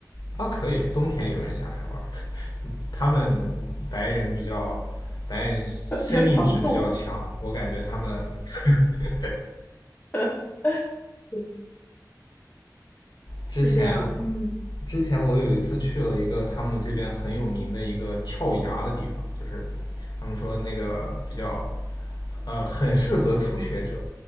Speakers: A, on the left (about 70°); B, on the left (about 25°).
A: 啊，可以，冬天有人下海玩儿，<laughs> 他们白人比较，白人生命值比较强，
B: <laughs> 比较抗冻。
A: 我感觉他们 <laughs>
B: <laughs> 对，
A: 之前
B: 是这样，嗯
A: 之前我有一次去了一个他们这边很有名的一个跳崖的地方，就是他们说那个比较呃很适合初学者。